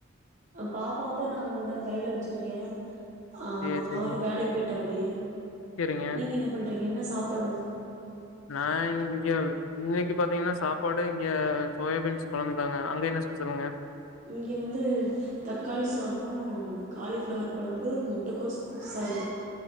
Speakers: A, on the right (about 35°); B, on the left (about 75°).
A: பாப்பாவத்தான் நாந் இந்த கையில வச்சிருக்கேன் ஆஹ்
B: சேரி சேரிங்க
A: அவரு வேலைக்கு போய்டாப்புடி
B: சேரிங்க
A: நீங்க என்ன பண்றீங்க என்ன சாப்படுங்
B: நான் இங்க இன்னைக்கு பாத்தீங்கன்னா சாப்பாடு இங்க சோயாபீன்ஸ் கொழம்புதாங்க அங்க என்ன ஸ்பெசலுங்க
A: இங்கே வந்து தக்காளி சாதம் காலிஃப்ளவர் குழம்பு முட்டைக்கோஸ் சாரி